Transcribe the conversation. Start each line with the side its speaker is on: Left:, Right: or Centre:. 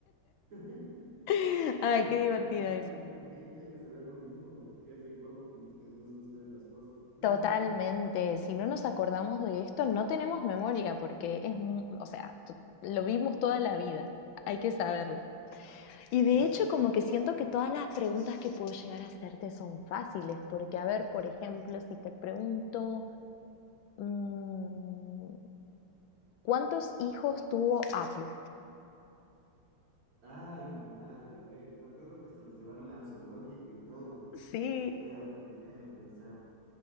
Right: <laughs>
Left: <laughs> Ay,
Right: Oye,
Left: qué divertida
Right: más o
Left: esa.
Right: menos unos 20 años de ver lo mismo, es el colmo que, no nos- que no se nos queden las cosas. <laughs>
Left: Totalmente. Si no nos acordamos de esto, no tenemos memoria porque es, mu- o sea, to- lo vimos toda la vida. Hay que saberlo. Y de
Right: Literal.
Left: hecho, como que siento que todas las preguntas que puedo llegar a hacerte son fáciles, porque a ver, por ejemplo, si te pregunto... Mm, ¿cuántos hijos tuvo Apple?
Right: Ay, qué madre, a ver, me acuerdo que hasta los llevaron al zoológico y todo.
Left: Sí,
Right: Espérate, déjame pensar.